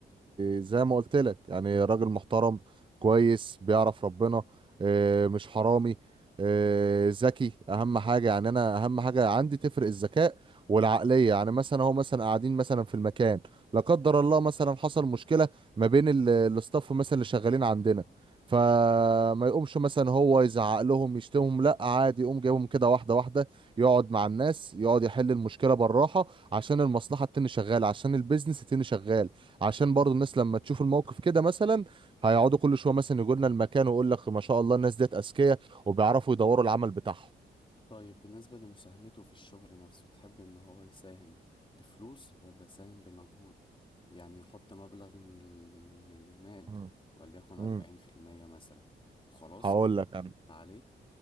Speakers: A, on the right; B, on the left.
A: زي ما قلت لك يعني راجل محترم كويس بيعرف ربنا آه، مش حرامي آه، ذكي اهم حاجه يعني انا اهم حاجه عندي تفرق الذكاء والعقليه يعني مثلا هو مثلا قاعدين مثلا في المكان لا قدر الله مثلا حصل مشكله ما بين ال- الاستاف مثلا اللي شغالين عندنا فما يقومش مثلا هو يزعق لهم يشتمهم لا عادي يقوم جايبهم كده واحده واحده يقعد مع الناس يقعد يحل المشكله بالراحه عشان المصلحة التاني شغال عشان البيزنس التاني شغال عشان برضو الناس لما تشوف الموقف كده مثلا هيقعدوا كل شوية مثلا يقولنا المكان ويقول لك ما شاء الله الناس ديت أذكياء وبيعرفوا يدوروا العمل بتاعهم
B: طيب بالنسبة لمساهمته في الشغل نفسه تحب إن هو يساهم بفلوس ولا يساهم بمجهود يعني يحط مبلغ من ال- من المال
A: مم.
B: وليكن
A: امم
B: أربعين في المية مثلا وخلاص
A: هقول
B: هو
A: لك انا
B: عمل عليه